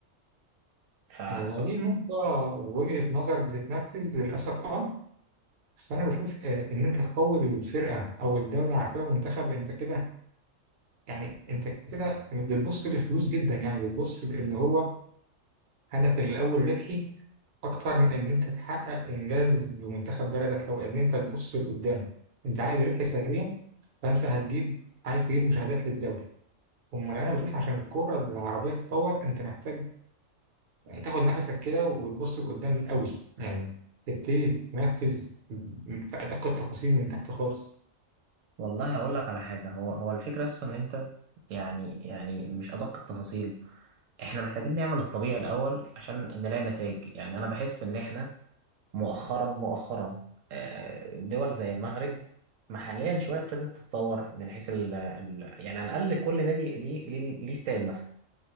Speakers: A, on the right; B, on the right.
A: قوي
B: هو دي النقطة وجهة نظر بتتنفذ للأسف اه بس انا بشوف آه، ان انت تقوي الفرقه او الدوري على فرقه منتخب انت كده يعني انت كده بتبص للفلوس جدا يعني بتبص لان هو هدفك الاول ربحي اكتر من ان انت تحقق انجاز بمنتخب بلدك او ان انت تبص لقدام انت عايز ربح سريع فانت هتجيب عايز تجيب مشاهدات للدوري امال انا بشوف عشان الكره العربيه تتطور انت محتاج يعني تاخد نفسك كده وتبص لقدام قوي يعني تبتدي تنفذ في ادق التفاصيل من تحت خالص
A: والله هقول لك على حاجة هو هو الفكرة أصلا إن أنت يعني يعني مش أدق التفاصيل إحنا محتاجين نعمل الطبيعي الأول عشان نلاقي نتائج يعني أنا بحس إن إحنا مؤخرا مؤخرا آه، دول زي المغرب محليا شوية ابتدت تتطور من حيث ال ال يعني على الأقل كل نادي ليه ليه ليه استاد مثلا